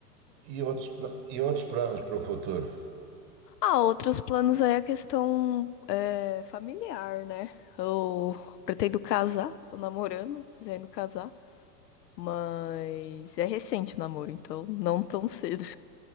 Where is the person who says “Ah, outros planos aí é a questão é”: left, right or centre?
Left